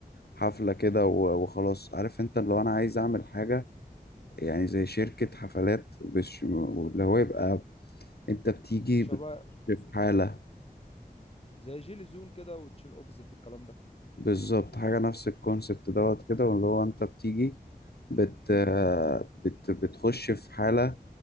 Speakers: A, on the left; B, on the left.
A: حفله كده و- وخلاص عارف انت اللي هو انا عايز اعمل حاجه يعني زي شركه حفلات مش اللي هو يبقى انت بتيجي
B: شباب
A: بت- في حاله
B: زي جيلي زون كده وتشيل اوبزيت والكلام ده
A: بالظبط حاجه نفس الكونسبت دوت كده واللي هو انت بتيجي بت
B: امم
A: آه، بت بتخش في حاله